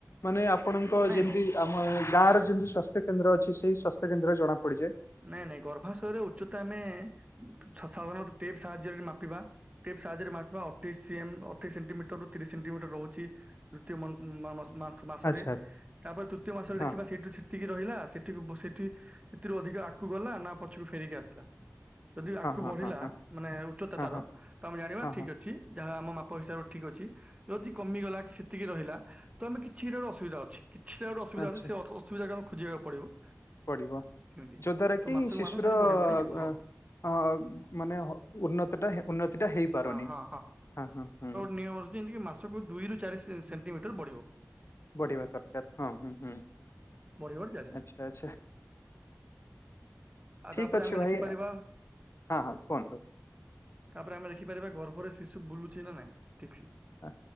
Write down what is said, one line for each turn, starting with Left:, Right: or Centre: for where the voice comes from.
Left: ମାନେ ଆପଣଙ୍କ
Right: ନାଇଁ
Left: ଯେମିତି
Right: ନାଇଁ।
Left: ଆମ ଗାଁ ର ଯେମିତି ସ୍ୱାସ୍ଥ୍ୟ କେନ୍ଦ୍ର ଅଛି ସେଇ ସ୍ୱାସ୍ଥ୍ୟ କେନ୍ଦ୍ରରେ ଜଣା ପଡିଯାଏ।
Right: ନାଇଁ ନାଇଁ ଗର୍ଭାଶୟରେ ଉଚ୍ଚତା ଆମେ ଉଁ ସାଧାରଣତଃ ଟେପ୍ ସାହାଯ୍ୟରେ ମାପିବା। ଟିପ୍ ସାହାଯ୍ୟ ରେ ମାପିବା ଅ <unintelligible> ଅଠେଇଶ୍ ସେଣ୍ଟିମିଟର ରୁ ତିରିଶ୍ ସେଣ୍ଟିମିଟର ରହୁଚି <unintelligible> ମାସରେ
Left: ଆଚ୍ଛା ଆଚ୍ଛା
Right: ତାପରେ ତୃତୀୟ ମାସରେ
Left: ହଁ
Right: ଦେଖିବା ସେଇଠୁ ସେତିକି ରହିଲା ସେଠୁ ସେଠି ସେଥିରୁ ଅଧିକ ଆ ଗକୁ ଗଲା ନା ପଛକୁ ଫେରିକି ଆସିଲା। ଯଦି ଆଗକୁ
Left: ହଁ
Right: ବଢିଲା
Left: ହଁ ହଁ
Right: ମାନେ ଉଚ୍ଚତା
Left: ହଁ
Right: ତାର
Left: ହଁ
Right: ତ ଆମେ ଜାଣିବା
Left: ହଁ ହଁ
Right: ଠିକ୍
Left: ହଁ
Right: ଅଛି। ଯାହା ଆମ ମାପ ହିସାବରେ ଠିକ୍ ଅଛି ଯଦି କମିଗଲା କି ସେତିକି ରହିଲା ତ ଆମେ କିଛିଟା ଗୋଟେ ଅସୁବିଧା ଅଛି କିଛିଟା ଗୋଟେ ଅସୁବିଧା
Left: ଆଚ୍ଛା
Right: ଅଛି ଅସୁବିଧାକୁ ‌ଆମକୁ ଖୋଜିବାକୁ ପଡିବ।
Left: ପଡିବ
Right: ସେମିତି
Left: ଯ ଦ୍ଵାରା
Right: ତ
Left: କି
Right: ମାସକୁ
Left: ଶିଶୁର
Right: ମାସ ସେଟା ବଢି ବଢିଯିବ ହଁ
Left: ଅ ଅ ମାନେ ଉନ୍ନତିଟା ହଁ ଉନ୍ନତିଟା ହେଇପାରୁନି
Right: ହଁ ହଁ
Left: ହଁ ହଁ ହଁ।
Right: <unintelligible> ମାସକୁ ଦୁଇ ରରୁ ଚାରି ସେ-ସେଣ୍ଟିମିଟର ବଢିବ।
Left: ବଢିବା ଦରକାର। ହଁ, ହୁଁ, ହୁଁ,
Right: ବଢି ବଢି ଚାଲିବ।
Left: ଆଛା। ଆଚ୍ଛା।
Right: ଆଉ
Left: ଠିକ
Right: ତାପରେ
Left: ଅଛି
Right: ଆମେ
Left: ଭାଇ
Right: ଦେଖିପାରିବା
Left: ହଁ ହଁ କୁହନ୍ତୁ।
Right: ତାପରେ ଆମେ ଦେଖିପାରିବା ଗର୍ଭରେ ଶିଶୁ ବୁଲୁଛି ନା ନାଇଁ ଠିକ୍ ସେ।
Left: ହଁ,